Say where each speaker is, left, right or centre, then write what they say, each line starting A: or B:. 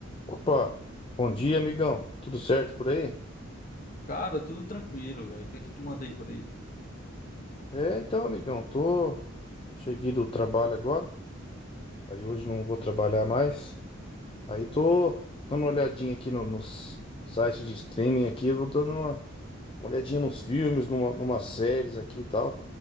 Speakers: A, on the left; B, on the left.
A: Opa, bom dia, amigão. Tudo certo por aí?
B: Cara, tudo tranquilo, velho. O que é que tu manda aí por aí?
A: É, então, amigão, tô cheguei do trabalho agora. Aí
B: Uhum,
A: hoje não vou trabalhar mais. Aí tô dando uma olhadinha aqui no- nos sites de streaming aqui, eu vou dando uma, uma olhadinha nos filmes, numa, numa séries aqui e tal.